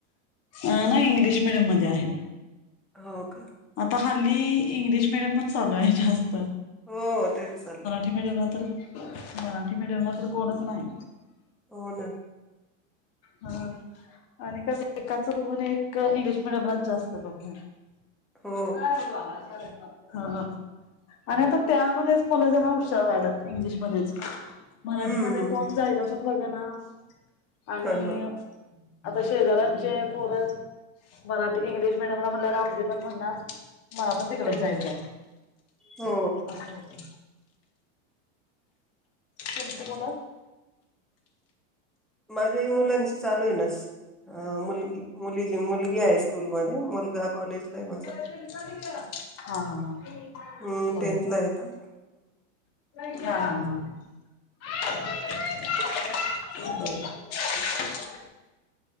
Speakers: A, on the left (about 40°); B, in the centre.
A: अ नाही इंग्लिश मिडियम मध्ये आहे.
B: हो का?
A: आता हल्ली इंग्लिश मिडियमच चालू आहे जास्त.
B: हो तेच चाललंय.
A: मिडीयम ला तर मराठी मिडीयम ला तर कोणच नाही.
B: हो ना?
A: हा आणि कस एकाच बघून एक इंग्लिश मिडियमलाच जास्त <unintelligible>
B: हो.
A: हा हा आणि आता त्यामध्येच मुलं जरा हुशार व्हायलात इंग्लिशमध्येच. मराठीमध्ये
B: हं,
A: कोण
B: हं.
A: जायला पण बघ ना आणि
B: हां, हां.
A: आता शेजार्यांचे पोर मराठी इंग्लिश मिडियमला म्हणल्या वर आपली पण म्हणणार मला पण तिकडच
B: हां.
A: जायचंय
B: हो
A: असं होतय. तुमची मुल?
B: माझ्याही मुलांची चालू आहे नस हा, मुलगी, मुली मुलगी आहे हायस्कूल मध्ये, मुलगा कॉलेजला आहे माझा.
A: <unintelligible> <inaudible> हा हा हा.
B: हम्म!
A: होय
B: टेंथला
A: काय?
B: आहे आत्ता.
A: हा हा. बर.